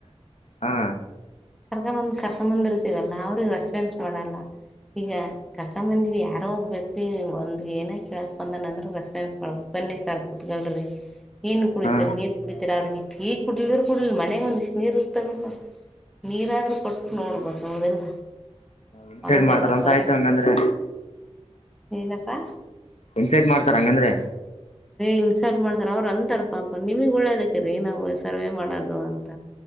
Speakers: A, on the left; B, in the centre.
A: ಹಾ
B: ಕರ್ಕಂಬಂದ ಕರ್ಕ ಬಂದಿರ್ತಿಗಲ್ಲ ಅವ್ರಿಗೆ ರೆಸ್ಪಾನ್ಸ್ ಮಾಡಲ್ಲ ಈಗ ಕರ್ಕೊಂಬಂದೀವಿ ಯಾರೋ ಒಬ್ಬ ವ್ಯಕ್ತಿ ಒಂದು ಏನ ಕೇಳೋಕ ಬಂದಣ ಅಂದ್ರರು ರೆಸ್ಫರೆನ್ಸ್ ಮಾಡ್ಬೇಕು ಬನ್ನಿ ಸಾರ್ ಕುತ್ಕಲ್ ನೀನು ಕುಡಿತರಿ
A: ಹಾ
B: ನೀರ್ ಕುಡಿತೀರಿ ಅವರಿಗೆ ಈ ಕುಡ್ಲ್ರ ಕುಡ್ಲಿಲ್ಲ ಮನೆಯಗೆ ಒಂದ ಇಷ್ಟು ನೀರ್ ಇರ್ತಗಲ್ಲ ನೀರಾದ್ರೂ ಕೊಟ್ಟು ನೋಡ್ಬೇಕ ಹೌದಿಲ್ಲ
A: ಇನ್ಸೈಡ್
B: ಹಂಗಲ್ಲಪ್ಪ
A: ಮಾಡ್ತಾರ ಅಂತ ಆಯ್ತು ಹಂಗಂದ್ರೆ
B: ಹೇಳಪ್ಪಾ
A: ಇನ್ಸೈಟ್ ಮಾಡ್ತಾರ ಹಂಗಂದ್ರೆ
B: ಇನ್ಸಾಲ್ಟ್ ಮಾಡ್ತಾರ ಅವ್ರ ಅಂತಾರ ಪಾಪ ನಿಮಗ್ ಒಳ್ಳೇದಕ್ರೀ ನಾವು ಸರ್ವೆ ಮಾಡೋದು ಅಂತ